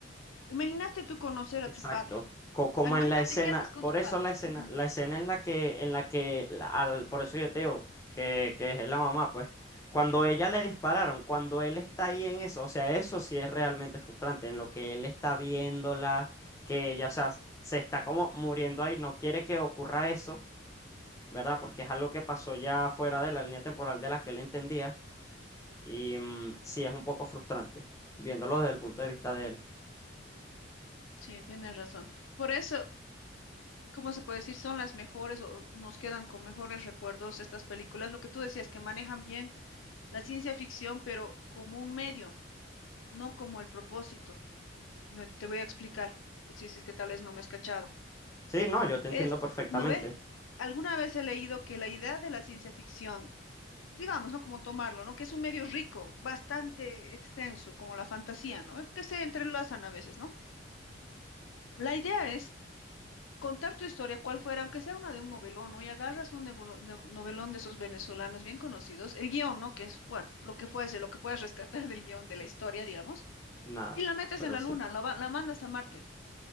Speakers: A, on the left; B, on the left.
A: Imagínate tú conocer a
B: Exacto.
A: tu padre.
B: Co- como
A: Ah, Imagínate
B: en la escena,
A: qué haces con
B: por
A: tu
B: eso
A: padre.
B: la escena,
A: Ujú.
B: la escena en la que, en la que, la- al, por eso yo te digo que, que es la mamá, pues, cuando ella le dispararon, cuando él está ahí en eso, o sea, eso sí es realmente frustrante, en lo que él está viéndola, que ella, o sea, se está como muriendo ahí, no quiere que ocurra eso, ¿verdad? Porque es algo que pasó ya fuera de la línea temporal de la que él entendía, y mm, sí es un poco frustrante, viéndolo desde el punto de vista de él.
A: Sí, tienes razón. Por eso, ¿cómo se puede decir? Son las mejores o nos quedan con mejores recuerdos estas películas. Lo que tú decías, que manejan bien la ciencia ficción, pero como un medio, no como el propósito. No, Te voy a explicar, si es que tal vez no me has cachado.
B: Sí, no, yo te entiendo
A: Es,
B: perfectamente.
A: ¿no ve? Alguna vez he leído que la idea de la ciencia ficción digamos, ¿no? Como tomarlo, ¿no? Que es un medio rico, bastante extenso, como la fantasía, ¿no? Eh, Que se entrelazan a veces, ¿no? La idea es contar tu historia, cual fuera, aunque sea una de un novelón, ¿no? Y agarras un nevolo- nev- novelón de esos venezolanos bien conocidos, el guión, ¿no? Que es, bueno, lo que fuese, lo que puedes rescatar <laughs> del guión de la historia, digamos,
B: Nada,
A: y la metes
B: pero
A: en la
B: sí.
A: luna, la, va- la mandas a Marte.